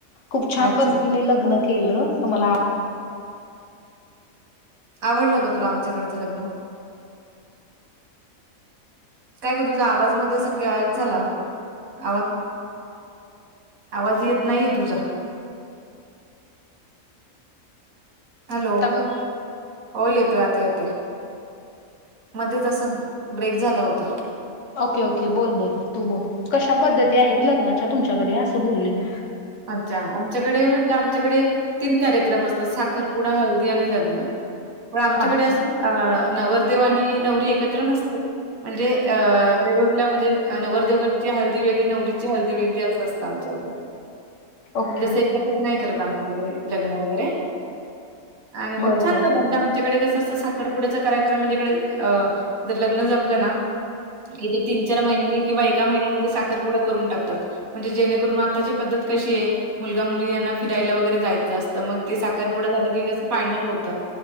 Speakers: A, on the left; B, on the right.
A: खूप छान
B: अच्छा
A: पद्धतीने लग्न केलं मला आवडलं
B: आवडलं का तुला आमच्याकडचं लग्न काय का तुझा आवाज मध्ये सगळं गायब झाला आवाज आवाज येत नाहीये तुझा हॅलो
A: आता बघ
B: हो येतोय आता येतोय मध्येच असं ब्रेक झाला होता.
A: ओके ओके बोल बोल तू बोल कशा पद्धती आहेत लग्नाच्या तुमच्याकडे असं बोलली मी
B: अच्छा आमच्याकडे म्हणजे आमच्याकडे तीन कार्यक्रम असतात साखरपुडा हळदी आणि लग्न पन आमच्याकडे
A: अच्छा
B: असे अ नवरदेव आणि नवरी एकत्र नसते म्हणजे अ वेगवेगळ्या म्हणजे नवरदेवगची हळदी वेगळी नवरीची हळदी वेगळी असं असतं आमच्याकडे
A: ओके
B: म्हणजेसं एकत्र नाही करत आमच्याकडे लग्न वगैरे आणि मग
A: बर
B: छान
A: बर
B: झाला म्हणे आमच्याकडे कसं असं साखरपुड्याचा कार्यक्रम म्हणजेकडे अ जर लग्न जमलं ना इथे तीन चार महिन्याने किंवा एका महिन्यामध्ये साखरपुडा करून टाकतात म्हणजे जेणेकरून आताची पद्धत कशी आहे मुलगा मुली यांना फिरायला वगैरे जायचं असतं मग ते साखरपुडं झालं की कसं फायनल होतं.